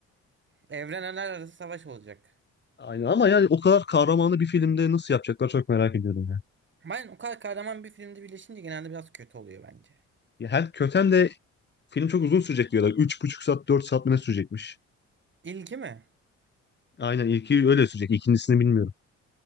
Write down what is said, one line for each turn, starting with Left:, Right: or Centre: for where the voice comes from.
Right: Evrenler arası savaş olacak.
Left: Aynen ama yani o kadar kahramanı bir filmde nasıl yapacaklar çok merak ediyorum ya.
Right: Ben o kadar kahraman bir filmde birleşince genelde biraz kötü oluyor bence.
Left: Ya hem köten de film çok uzun sürecek diyorlar. Üç buçuk saat 4 saat mi ne sürecekmiş?
Right: İlki mi?
Left: Aynen ilki öyle sürecek. İkincisini bilmiyorum.